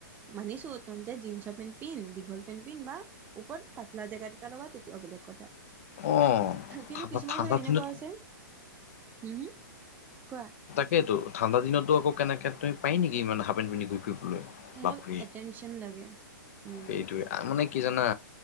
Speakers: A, on the right; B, on the left.
A: মানিছো তহন্তে জিনচৰ পেণ্ট পিন, দীঘল পেণ্ট পিন বা ওপত পাতলা জেকেত এটা লগা তেতিয়াও বেলেগ কথা।
B: অ
A: কিন্তু
B: ঠাণ্ডা
A: কিছুমান
B: ঠাণ্ডা
A: ছোৱালী এনেকুৱাও
B: দিনত
A: হৈছে হম- হম কোৱা।
B: সেইটো ঠাণ্ডা দিনতো আকৌ কেনেক তুমি পাৰি নেকি ইমান হাপপেণ্ট পিন্ধি ঘূৰি ফুৰিবলৈ।
A: সিহঁতক
B: বাপৰে
A: এটেনশ্যন লাগে। মেইন
B: সেইটোৱে
A: কেছ
B: মানে কি জানা